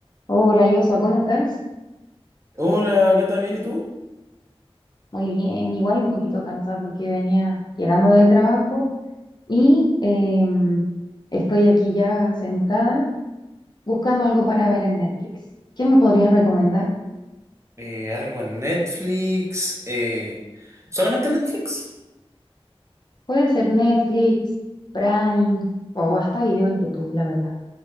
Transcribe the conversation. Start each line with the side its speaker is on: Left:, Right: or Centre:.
Left: Hola, Joshua, ¿cómo estás?
Right: Hola, Gata, ¿bien y tú?
Left: Muy bien, igual un poquito cansada porque venía llegando del trabajo y em, estoy aquí ya sentada buscando algo para ver en Netflix. ¿Qué me podrías recomendar?
Right: Eh, algo en Netflix. eh, ¿solamente Netflix?
Left: Puede ser Netflix, Prime o hasta video en YouTube, la verdad.